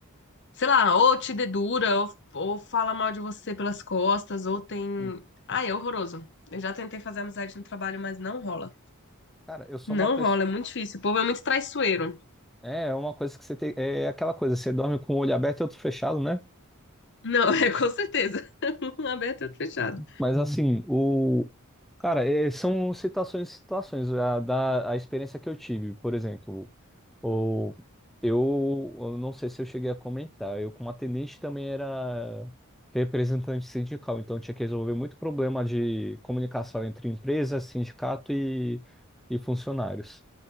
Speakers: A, on the left; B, in the centre.
A: sei lá, ou te dedura, ou, ou fala mal de você pelas costas, ou tem.
B: Hum.
A: Ah, é horroroso. Eu já tentei fazer amizade no trabalho, mas não rola.
B: Cara, eu sou
A: Não
B: uma pessoa.
A: rola, é muito difícil. O povo é muito traiçoeiro.
B: É, é uma coisa que você tem. É aquela coisa, você dorme com o olho aberto e outro fechado, né?
A: Não, <laughs> é com certeza. <laughs> Um aberto e outro fechado.
B: Mas assim, o. Cara, é, são situações e situações. A, da, a experiência que eu tive, por exemplo. Ou eu, eu não sei se eu cheguei a comentar, eu como atendente também era representante sindical, então tinha que resolver muito problema de comunicação entre empresa, sindicato e, e funcionários.